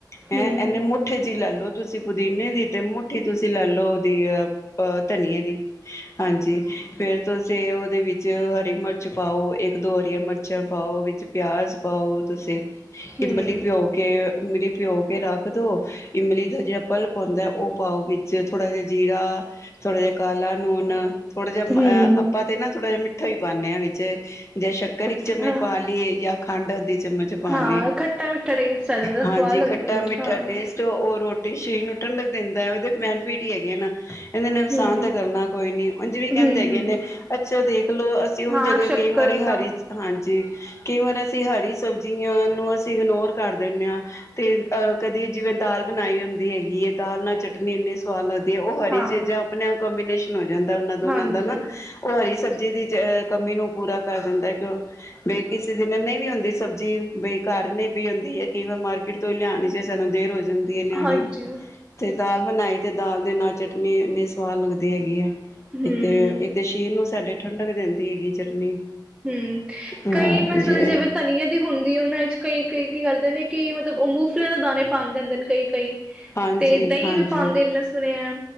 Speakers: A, on the left; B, in the centre.
A: ਹੈਂ
B: ਹਮ
A: ਇਹਨੇ ਮੁਠੇ ਜੀ ਲੈ ਲੋ, ਤੁਸੀਂ ਪੁਦੀਨੇ ਦੀ ਤੇ ਮੁੱਠੀ ਤੁਸੀਂ ਲੈ ਲੋ ਉਹਦੀ ਆ। ਆ ਧਨੀਏ ਦੀ ਹਾਂਜੀ ਫੇਰ ਤੁਸੀਂ ਉਹਦੇ ਵਿੱਚ ਚੋ ਵਿੱਚ ਹਰੀ ਮਿਰਚ ਪਾਓ ਇੱਕ ਦੋ ਹਰੀਆਂ ਮਿਰਚਾਂ ਪਾਓ ਵਿੱਚ ਪਿਆਜ਼ ਪਾਉ ਤੁਸੀਂ
B: ਹੂੰ
A: ਇਮਲੀ ਭਿਉਂ ਕੇ ਭਿਉ ਕੇ, ਤੇ ਰੱਖ ਦਿਉ ਇਮਲੀ ਦਾ ਜਿਹੜਾ ਪਲਪ ਹੁੱਦਾ ਉਹ ਪਾਓ ਵਿੱਚ ਥੋੜ੍ਹਾ ਜਿਹਾ ਜੀਰਾ ਥੋੜਾ ਜਿਹਾ ਕਾਲਾ ਨੂਨ ਥੋੜਾ ਜਿਹਾ ਮੈ
B: ਹੂੰ
A: ਆਪਾਂ ਤੇ ਨਾ ਥੋੜਾ ਜਿਹਾ ਮਿਠ ਮੱਠਾ ਪਾਨੇ ਆ ਵਿਚ ਜਾਂ ਸ਼ੱਕਰ
B: ਅੱਛਾ
A: ਇਕ ਚਮਚ ਪਾ ਲਈਏ ਖੰਡ ਅੱਧੀ ਚਮਚ ਪਾ
B: ਹਾਂ
A: ਲਈ।
B: ਖੱਟਾ ਮਿੱਠਾ ਟੇਸਟ ਆ ਜਾਂਦਾ
A: ਹਾਂਜੀ
B: ਸਵਾਦ ਲੱਗਦੀ
A: ਖੱਟਾ
B: ਇਹਨੂੰ
A: ਮਿੱਠਾ
B: ਖਾਣ
A: ਟੇਸਟ
B: ਚ
A: ਉਹ ਰੋਟੀ <unintelligible> ਠੰਡਕ ਦਿੰਦਾ ਹੈ ਉਹਦੇ ਚ ਵੇਨੇਫਿਟ ਟੀ ਹੈਗੀ ਏ ਨਾ ਇਹਦੇ ਨੇ ਨੁਕਸਾਨ
B: ਹੂੰ
A: ਤਾਂ ਕਰਨਾ ਕੋਈ ਨੀ ਉਹ ਜਿਵੇਂ
B: ਹੂੰ
A: ਕਹਿੰਦੇ ਹੈਗੇ
B: ਹੂੰ
A: ਨੇ ਅੱਛਾ ਦੇਖਲੋ ਅਸੀਂ ਹੁਣ
B: ਹਾਂ
A: ਜਗ੍ਹਾ
B: ਸ਼ੱਕਰ
A: ਕਈ ਵਾਰੀ ਹਰੀ
B: ਤਾਂ
A: ਹਾਂਜੀ। ਕਈ ਵਾਰ ਅਸੀਂ ਹਰੀ ਸਬਜ਼ੀਆਂ ਨੂੰ ਅਸੀਂ ਇਗਨੋਰ ਕਰ ਦਿੰਦੇ ਹਾਂ ਤੇ ਕਦੇ ਜਿਵੇਂ ਦਾਲ ਬਣਾਈ ਹੁੰਦੀ ਹੈਗੀ ਹੈ। ਦਾਲ ਨਾਲ ਚਟਨੀ ਇੰਨੀ ਸਵਾਦ ਲੱਗ ਉਹ ਹਰੀ
B: ਹਾਂ
A: ਚੀਜ਼ਾਂ ਆਪਣੇ ਕੰਬੀਨੇਸ਼ਨ ਹੋ ਜਾਂਦਾ ਉਹਨਾਂ ਦੋਨਾਂ
B: ਹਾਂਜੀ
A: ਉਹਨਾਂ ਦਾ ਨਾ ਉਹ ਹਰੀ ਸਬਜ਼ੀ ਦੀ ਤੇ ਏ ਕਮੀ ਨੂੰ ਪੂਰਾ ਕਰ ਦਿੰਦਾ ਕਿਉਂ ਬਈ ਕਿਸੇ ਦਿਨ ਨਹੀਂ ਵੀ ਹੁੰਦੀ ਸਬਜ਼ੀ ਬਈ ਘਰ ਨਹੀਂ ਪਈ ਹੁੰਦੀ ਹੈ, ਕਿ ਇਵਣ ਮਾਰਕੀਟ ਤੋਂ ਹੀ ਲਿਆਣੇ ਚੇ ਸਾਨੂੰ ਦੇਰ ਹੋ ਜਲਦੀ ਐ ਲਿਆਣੀ
B: ਹਾਂਜੀ
A: ਤੇ ਦਾਲ ਬਣਾਈ ਤੇ ਦਾਲ ਦੇ ਨਾਲ ਚਟਨੀ ਇੰਨੀ ਸਵਾਦ ਲੱਗਦੀ ਹੈਗੀ ਹੈ।
B: ਹੂੰ
A: ਏ ਤੇ ਏ ਤੇ ਇਹ ਸ਼ਰੀਰ ਨੂੰ ਸਾਡੇ ਠੰਡਕ ਦੇਂਦੀ ਹੈਗੀ ਚਟਨੀ
B: ਹਮ।
A: ਹਾਂ
B: ਕਈ ਮੈਂ ਸੁਣਿਆ
A: ਜੇ
B: ਜਿਵੇਂ ਧਨੀਏ ਦੀ ਹੁੰਦੀ ਹੈ, ਉਹਨਾਂ ਵਿੱਚ ਕਈ ਕਈ ਕੀ ਕਰਦੇ ਨੇ ਕਿ ਮਤ ਤਬ ਉਨਹੂ ਫਿਲ ਦੇ ਦਾਣੇ ਪਾ ਦਿੰਦੇ ਨੇ ਕਈ, ਕਈ
A: ਹਾਂਜੀ
B: ਤੇ ਦਹੀਂ
A: ਹਾਂਜੀ
B: ਵੀ ਪਾਉਂਦੇ ਨੇ ਮੈਂ ਸੁਣਿਆ